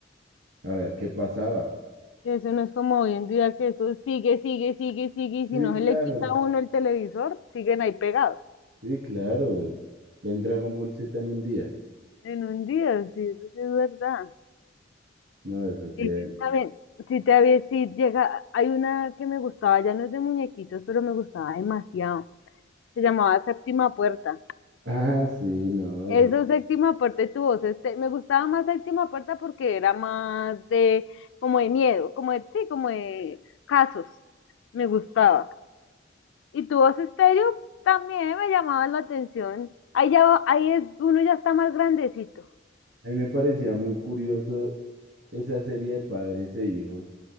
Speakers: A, on the right; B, on the left.
A: a ver qué pasaba.
B: Eso no es como hoy en día que eso sigue, sigue, sigue, sigue, y
A: Sí,
B: si no
A: claro.
B: se le quita a uno el televisor, siguen ahí pegados.
A: Sí, claro. En Dragon Ball Z en un día.
B: En un día, sí, eso sí es verdad.
A: No, eso sí.
B: Sí,
A: em,
B: también, si te había, si llega, hay una que me gustaba, ya no es de muñequitos, pero me gustaba demasiado. Se llamaba Séptima Puerta.
A: Ah, sí, no,
B: Eso
A: eso.
B: Séptima Puerta y tu voz, este, me gustaba más Séptima Puerta porque era más de, como de miedo, como de, sí, como de casos. Me gustaba. Y tu voz estéreo también me llamaba la atención. Ahí ya, ahí es, uno ya está más grandecito.
A: A mí me parecía muy curioso esa serie de padres e hijos,